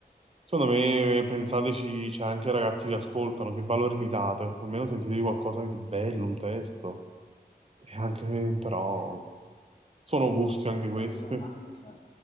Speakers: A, on the right; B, on the left.
A: secondo me pensateci, c'è anche ai ragazzi che ascoltano, che valore gli date, almeno sentitevi qualcosa di bello, un testo, e anche però
B: Beh,
A: sono gusti
B: Spezzando
A: anche questi.
B: una lancia,